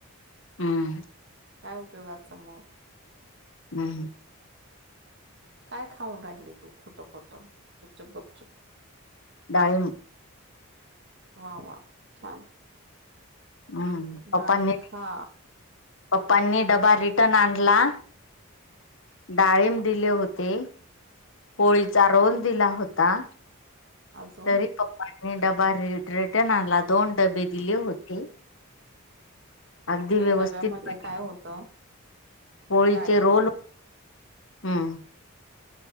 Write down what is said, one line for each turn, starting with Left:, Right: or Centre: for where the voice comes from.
Left: हम्म.
Right: काय उपयोगाचा म
Left: हम्
Right: काय खाऊन राहिली तू खोटं खोटं गपचूप गपचूप
Left: डाळीब
Right: वा वा छान.
Left: हम्म पप्पांनी
Right: डाळीम खा
Left: पप्पांनी डबा रिटर्न आणला डाळीब दिले होते पोळीचा रोल दिला होता
Right: अजून
Left: तरी पप्पनी डबा र रीटन आनला दोन डबे दिले होते अगदी
Right: एक
Left: व्यवस्थित
Right: डब्यामध्ये
Left: पाय
Right: काय होतं?
Left: पोळीचे
Right: डाळीम
Left: रोल हम्म